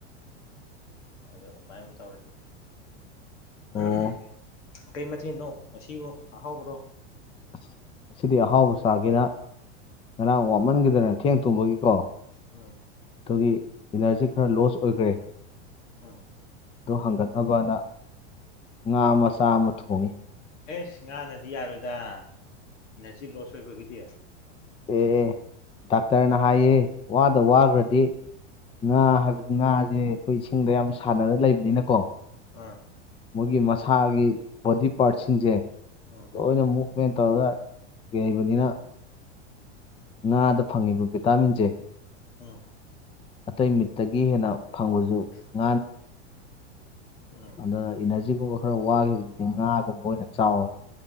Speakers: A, on the left; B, on the left.
A: ꯑꯗ ꯥꯏ ꯇꯧꯔꯦꯗ꯫ <unintelligible>
B: ꯑꯣ
A: ꯀꯩ ꯃꯊꯦꯜꯅꯣ ꯉꯁꯤꯕꯨ ꯑꯍꯥꯎꯕ꯭ꯔꯣ꯫
B: ꯑꯁ ꯑꯁꯤꯗꯤ ꯑꯍꯥꯎꯕ ꯆꯥꯒꯦꯅ ꯉꯔꯥꯡ ꯋꯥꯞꯃꯟꯈꯤꯗꯅ ꯊꯦꯡ ꯊꯨꯝꯕꯒꯤꯀꯣ꯫
A: ꯎꯝ꯫
B: ꯑꯗꯨꯒꯤ ꯏꯅꯔꯖꯤ ꯈꯔ ꯂꯣꯁ ꯑꯣꯏꯈ꯭ꯔꯦ꯫
A: ꯎꯝ꯫
B: ꯑꯗꯨ ꯍꯪꯒꯠꯅꯕꯗ ꯉꯥ ꯃꯆꯥ ꯑꯃ ꯊꯣꯡꯉꯤ꯫
A: ꯑꯦꯁ ꯉꯥꯅꯗꯤ ꯌꯥꯔꯣꯏꯗ ꯏꯅꯔꯖꯤ ꯂꯣꯁ ꯑꯣꯏꯕꯒꯤꯗꯤ꯫
B: ꯑꯦ ꯗꯥꯛꯇꯔꯅ ꯍꯥꯏꯌꯦ ꯋꯥꯗ ꯋꯥꯈ꯭ꯔꯗꯤ ꯉꯥ ꯍꯥꯏꯕꯕꯁꯤ ꯉꯥꯁꯦ ꯑꯩꯈꯣꯏ ꯏꯁꯤꯡꯗ ꯌꯥꯝ ꯁꯥꯟꯅꯔ ꯂꯩꯕꯅꯤꯅꯀꯣ꯫
A: ꯑꯥ꯫
B: ꯃꯣꯏꯒꯤ ꯃꯁꯥꯒꯤ ꯕꯣꯗꯤ ꯄꯥꯔꯠꯁꯤꯡꯁꯦ꯫
A: ꯎꯝ
B: ꯂꯣꯏꯅ ꯁꯃꯥꯏꯅ ꯇꯧꯔꯒ ꯂꯩꯕꯅꯤꯅ ꯉꯥꯗ ꯐꯪꯉꯤꯕ ꯚꯤꯇꯥꯃꯤꯟꯁꯦ
A: ꯑꯝ
B: ꯑꯇꯩ ꯃꯤꯠꯇꯒꯤ ꯍꯦꯟꯅ ꯐꯪꯕꯁꯨ ꯉꯥꯅꯤ
A: ꯎꯝ
B: ꯑꯗ ꯏ ꯑꯁꯤꯒꯨꯝꯕ ꯈꯔ ꯋꯥꯈꯤꯕꯗꯨꯗꯤ ꯉꯥꯒꯨꯝꯕ ꯑꯣꯏꯅ ꯆꯥꯎꯔ